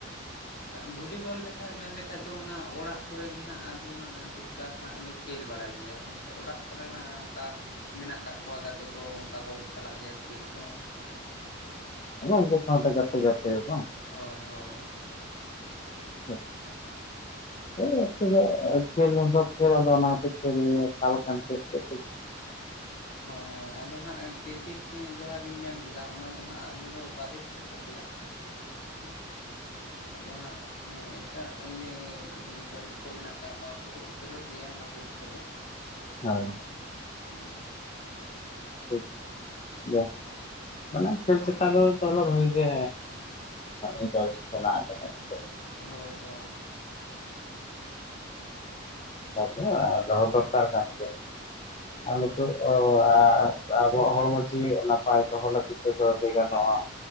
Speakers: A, on the left; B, on the left.
A: ᱵᱷᱚᱞᱤᱵᱚᱞ ᱞᱮᱠᱷᱟᱡ ᱢᱮᱱᱞᱠᱷᱟᱡ ᱫᱚ ᱚᱱᱟ ᱚᱲᱟᱜ ᱠᱚᱨᱮᱜ ᱜᱮ ᱦᱟᱸᱜ ᱟᱫᱚ ᱦᱟᱸᱜᱩ ᱮᱴᱟᱠ ᱦᱟᱸᱜ ᱞᱮ ᱠᱷᱮᱞ ᱵᱟᱲᱟᱭ ᱜᱮᱭᱟ ᱦᱳᱭ ᱥᱮ ᱚᱲᱟᱜ ᱠᱚᱨᱮ ᱦᱟᱸᱜ ᱚᱱᱠᱟ ᱢᱮᱱᱟᱜ ᱠᱟᱜ ᱠᱚᱣᱟ ᱜᱟᱛᱮ ᱠᱚ ᱚᱱᱠᱟ ᱠᱚ ᱪᱟᱞᱟᱜ ᱜᱮᱭᱟ ᱠᱷᱮᱞ ᱠᱚ
B: ᱟᱪᱪᱷᱟ ᱩᱱᱠᱩ ᱥᱟᱶᱛᱮ ᱜᱟᱛᱮ ᱜᱟᱛᱮ ᱵᱟᱝ
A: ᱦᱚᱭ ᱦᱚᱭ,
B: ᱚᱜ <unintelligible> ᱠᱷᱮᱞ <inaudible> ᱠᱷᱮᱞ ᱟᱫᱚ ᱚᱱᱟ ᱠᱷᱟᱹᱛᱤᱨ ᱛᱮ ᱜᱮ ᱛᱟᱞ ᱠᱷᱟᱱ ᱪᱮᱫ ᱛᱮᱫ ᱠᱚᱪᱚ?
A: ᱦᱳᱭ ᱦᱳᱭ ᱟᱫᱚ ᱦᱟᱸᱜ ᱠᱨᱤᱠᱮᱴ ᱡᱟᱦᱟᱸ ᱵᱤᱱ ᱢᱮᱱ ᱠᱮᱫᱟ ᱚᱱᱟ ᱫᱚ ᱦᱟᱸᱜ ᱟᱞᱮ ᱫᱚ ᱵᱟᱞᱮ ᱠᱷᱮᱞᱳᱰᱚᱜ ᱜᱮᱭᱟ᱾ <unintelligible> ᱟᱫᱚ ᱦᱟᱸᱜ ᱦᱮᱸ ᱮᱴᱟᱜ ᱤᱭᱟᱹᱻ ᱯᱟᱹᱨᱤᱥ ᱠᱚ ᱢᱮᱱᱟᱜ ᱠᱟᱜ ᱠᱚᱣᱟ ᱩᱱᱠᱩ ᱫᱚᱠᱚ ᱠᱷᱮᱞᱳᱰ ᱜᱮᱭᱟ ᱚᱱᱟ ᱠᱚᱭᱤᱜ ᱠᱚᱫᱚ᱾
B: ᱦᱳᱭ
A: ᱦᱩᱸ
B: ᱴᱷᱤᱠ ᱜᱤᱭᱟ ᱢᱟᱱᱮ ᱠᱷᱮᱞ ᱪᱮᱛᱟᱱ ᱨᱮ ᱫᱚ ᱛᱟᱦᱚᱞᱮ ᱵᱷᱟᱜᱤ ᱜᱮ ᱤᱱᱴᱟᱨᱮᱥᱴ ᱢᱮᱱᱟᱜ ᱟᱠᱟᱫᱟ᱾
A: ᱦᱳᱭ ᱦᱳᱭ
B: <inaudible> ᱟᱫᱚ ᱫᱚᱨᱠᱟᱨ ᱠᱟᱱ ᱜᱮᱭᱟ
A: ᱦᱳᱭ
B: ᱟᱨ ᱱᱤᱛᱚᱜ <inaudible> ᱞᱟᱦᱟ ᱟᱵᱚᱣᱟᱜ ᱦᱚᱲᱢᱚ ᱡᱤᱣᱤ ᱱᱟᱯᱟᱭ ᱫᱚᱦᱚ ᱞᱟᱹᱜᱤᱫ ᱛᱮᱫᱚ ᱞᱟᱹᱭ ᱜᱟᱱᱚᱜᱼᱟ᱾